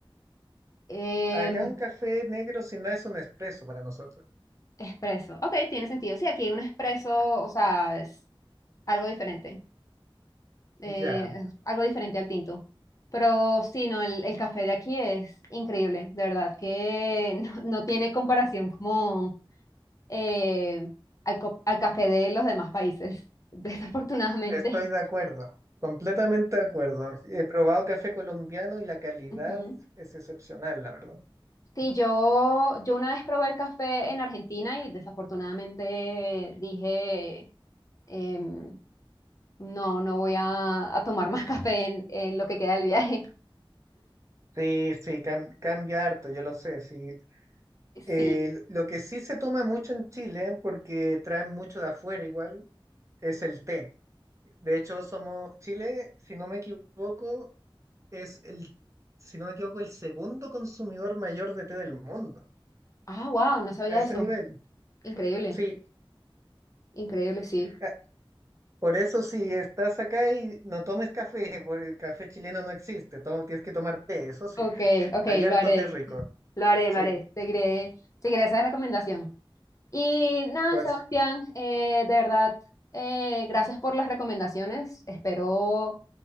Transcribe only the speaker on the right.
Acá un café negro sin nada es un espresso para nosotros.
Ya,
estoy de acuerdo, completamente de acuerdo. He probado café colombiano y la calidad
es excepcional, la verdad.
Sí, sí, cam- cambia harto, yo lo sé, sí. Eh,
l- lo que sí se toma mucho en Chile, porque traen mucho de afuera igual, es el té. De hecho, somos Chile, si no me equivoco, es el, si no me equivoco, el segundo consumidor mayor de té del mundo.
A ese
nivel.
Sí.
a- Por eso si estás acá y no tomes café, <laughs> porque el café chileno no existe. to- tienes que tomar té, eso sí.
Hay harto
té rico.
Sí.
Por,
s-